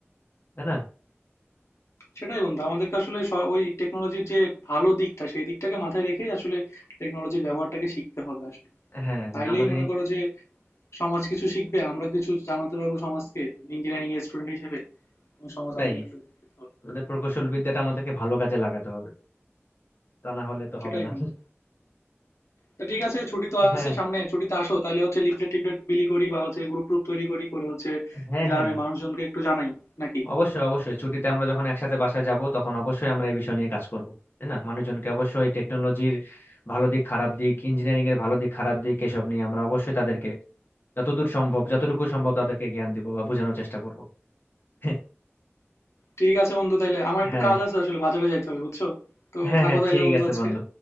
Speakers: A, on the left; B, on the left.
A: তাই না
B: সেটাই বন্ধু আমাদেরকে আসলে স- ওই টেকনোলজির যে ভালো দিকটা সেই দিকটাকে মাথায় রেখেই আসলে টেকনোলজির ব্যবহারটাকে শিখতে হবে আসলে
A: হ্যাঁ
B: তাইলেই
A: হ্যাঁ আমাদের
B: মনে
A: ই-
B: করো যে সমাজ কিছু শিখবে আমরা কিছু জানাতে পারবো সমাজকে ইঞ্জিনিয়ারিং এর স্টুডেন্ট হিসেবে এবং সমাজ
A: তাই
B: আলটিমেটলি উপকৃত হবে
A: আমাদের প্রকৌশল বিদ্যাটা আমাদেরকে ভালো কাজে লাগাতে হবে তা না হলে তো
B: সেটাই
A: হবে না
B: বন্ধু তো ঠিক আছে ছুটি তো
A: হ্যাঁ
B: আছে সামনে ছুটিতে আসো তাহলে হচ্ছে লিফলেট টিফলেট বিলি করি বা হচ্ছে গ্রুপ ট্রুপ তৈরি করি করে হচ্ছে
A: হ্যাঁ
B: গ্রামের
A: হ্যাঁ
B: মানুষজনকে একটু জানাই নাকি
A: অবশ্যই অবশ্যই ছুটিতে আমরা যখন একসাথে বাসায় যাব তখন অবশ্যই আমরা এই বিষয় নিয়ে কাজ করব তাই না মানুষজনকে অবশ্যই টেকনোলজির ভালো দিক খারাপ দিক ইঞ্জিনিয়ারিং এর ভালো দিক খারাপ দিক এসব নিয়ে আমরা অবশ্যই তাদেরকে যতদূর সম্ভব যতটুকু সম্ভব তাদেরকে জ্ঞান দিব বা বোঝানোর চেষ্টা করব <laughs>
B: ঠিক আছে বন্ধু তাইলে আমার একটু
A: হ্যাঁ
B: কাজ আছে আসলে বাজারে যাইতে হবে বুঝছো তো
A: হ্যাঁ
B: থাকো
A: হ্যাঁ
B: তাইলে
A: ঠিক
B: বন্ধু
A: আছে
B: আজকে
A: বন্ধু